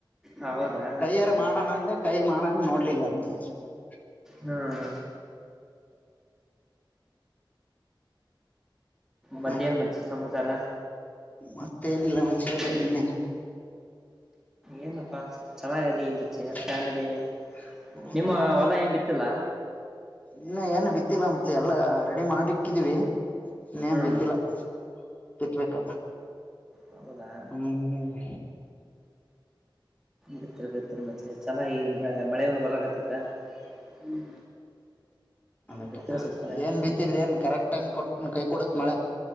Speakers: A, in the centre; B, on the left.
A: ಹೌದಾ
B: ಕೈಯಾರ
A: ಕರೆಕ್ಟ್
B: ಮಾಡೋಣ ಅಂದೆ ಕೈ ಮಾಡೋಣ ನೋಡಿ <unintelligible>
A: ಹ್ಮ ಹ ಮತ್ತೇನ್
B: ಹ
A: ಮಚಿ ಸಮಾಚಾರ.
B: ಮತ್ತೇನಿಲ್ಲ
A: ಏನಿಲ್ಲ
B: ಮಚ್ಚಿ
A: ನೀನೇ ಹೇಳ್ಬೇಕು.
B: ನೀನೆ
A: ಏನಪ್ಪಾ ಚೆನ್ನಾಗದಿ
B: <unintelligible>
A: ಮಚ್ಚಿ ಫ್ಯಾಮಿಲಿ ನಿಮ್ಮ ಹೊಲ ಏನ್ ಬಿತ್ತಿಲ್ಲ
B: ಇನ ಏನು ಬಿತ್ತಿಲ್ಲ ಮಚಿ ಎಲ್ಲಾ ರೆಡಿ ಮಾಡಿಕ್ಕಿದೀವಿ ಇನ್ನೇನ್
A: ಹ್ಮ್
B: ಬಿತ್ತಿಲ್ಲ ಬಿತ್ಬೇಕ
A: ಹೌದಾ
B: ಹ್ಮ್.
A: ಬಿತ್ತರಿ ಬಿತ್ತರಿ ಮಚಿ ಅಲ್ಲ ಈ ಮಳೆನ ಬರಕತಿತ್ತ ಹ್ಮ್.
B: ಅದಕ್ಕೆ
A: ಬಿತ್ರೆ ಸ್ವಲ್ಪಚೆನಾಗಿರ್ತಿತ
B: ಏನ್ ಬಿತ್ತಿದ್ರಿ ಏನ್ ಕರೆಕ್ಟ್ ಟೈಮ್ ಕೊಟ್ ಕೈ ಕೊಡುತ್ ಮಳೆ